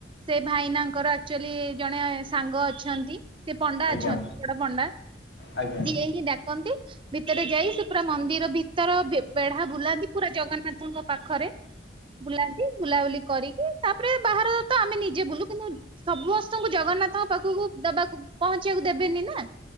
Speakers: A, on the right; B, on the left.
A: ସେ ଭାଇନାଙ୍କର ଆକ୍ଚୁଆଲି ଜଣେ ସାଙ୍ଗ ଅଛନ୍ତି ସେ ପଣ୍ଡା
B: ଆଜ୍ଞା
A: ଅଛନ୍ତି ବଡ ପଣ୍ଡା।
B: ଆଜ୍ଞା ଆଜ୍ଞା
A: ସିଏ ହିଁ ଡାକନ୍ତି ଭିତରେ ଯାଇ ସେ ପୁରା ମନ୍ଦିର ଭିତରେ ତର ବେଢା ବୁଲାନ୍ତି ପୁରା ଜଗନ୍ନାଥଙ୍କ ପାଖରେ। ବୁଲାନ୍ତି ବୁଲାବୁଲି କରିକି ତାପରେ ବାହାରତ ଆମେ ନିଜେ ବୁଲୁ କିନ୍ତୁ ସମସ୍ତଙ୍କୁ ଜଗନ୍ନାଥଙ୍କ ପାଖକୁ ଦେବାକୁ ପଂହଁଚିବାକୁ ଦେବେନି ନା।